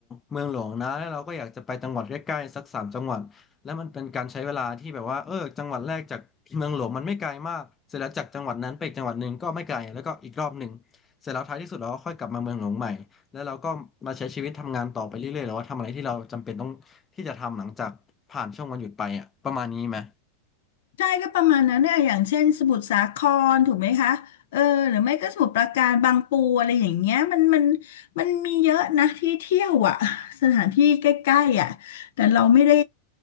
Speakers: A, on the left (about 20°); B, on the left (about 70°).
A: เมืองหลวงนะแล้วเราก็อยากจะไปจังหวัดใกล้ๆสักสามจังหวัดแล้วมันเป็นการใช้เวลาที่แบบว่าเออจังหวัดแรกจากเมืองหลวงมันไม่ไกลมากเสร็จแล้วจากจังหวัดนั้นไปอีกจังหวัดหนึ่งก็ไม่ไกลแล้วก็อีกรอบหนึ่งเสร็จแล้วท้ายที่สุดเราก็ค่อยกลับมาเมืองหลวงใหม่แล้วเราก็มาใช้ชีวิตทำงานต่อไปเรื่อยๆหรือว่าทำอะไรที่เราจำเป็นต้องที่จะทำหลังจากผ่านช่วงวันหยุดไปอ่ะประมาณนี้ไหม
B: ใช่ก็ประมาณนั้นเนี่ยอย่างเช่นสมุทรสาครถูกไหมคะเออหรือไม่ก็สมุทรปราการบางปูอะไรอย่างเงี้ยมันมันมันมีเยอะนะที่เที่ยวอ่ะ <laughs> สถานที่ใกล้ๆอ่ะแต่เราไม่ได้